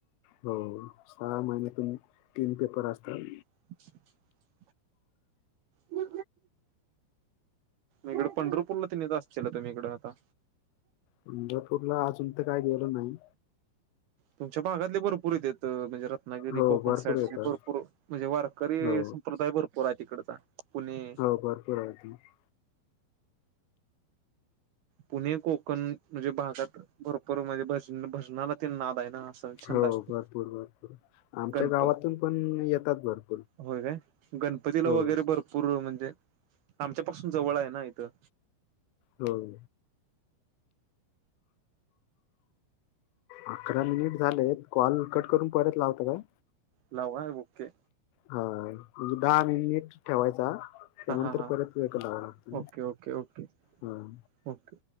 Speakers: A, on the left (about 80°); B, on the right (about 65°).
A: हो सहा महिन्यातून तीन पेपर असतात.
B: <unintelligible> म इकडे पंढरपूरला तिने जात असल तुम्ही इकडे आता
A: पंढरपूरला अजून तर काय गेलो नाही.
B: तुमच्या भागातले भरपूर येत म्हणजे रत्नागिरी,
A: हो
B: कोकण
A: भरपूर
B: साईड
A: येतात
B: भरपूर म्हणजे वारकरी
A: हो
B: संप्रदाय भरपूर आहे तिकडचा पुणे
A: हो भरपूर हयातीत -
B: पुणे कोकण म्हणजे भागात भरपूर म्हणजे भज भजनाला ते नाद आहे ना. असं छंद
A: हो
B: आहे.
A: भरपूर भरपूर आमच्या
B: गणपती
A: गावातून पण येतात भरपूर
B: होय काय गणपतीला
A: हो
B: वगैरे भरपूर म्हणजे आमच्या पाासून जवळ आहे ना इथं
A: होम अकरा मिनिट झाले कॉल कट करून परत लावता का?
B: लाव बुके.
A: हा म्हणजे दहा आणि नीट ठेवायचा. त्यानंतर
B: हा हा
A: परत लां लागत
B: okay okay okay
A: hmm.
B: Okay